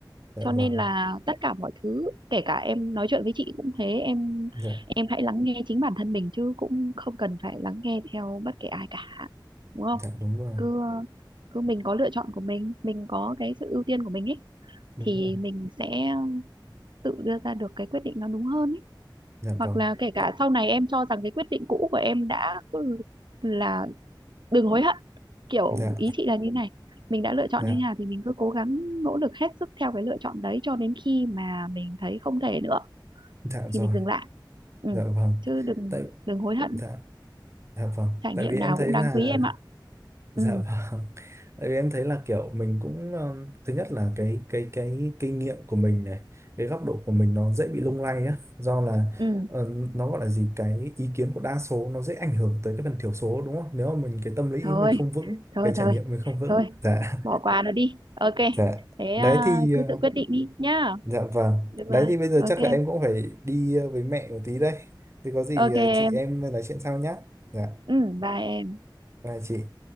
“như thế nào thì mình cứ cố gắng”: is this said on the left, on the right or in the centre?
Right